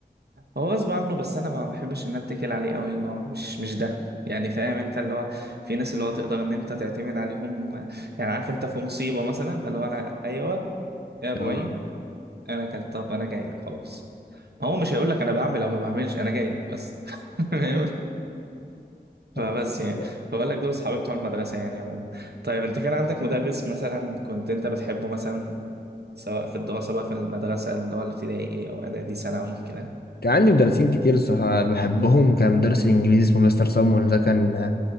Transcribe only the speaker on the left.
اه
بس
كان عندي مدرسين كتير الصراحة بحبهم كان مدرس الإنجليزي اسمه مستر صامويل ده كان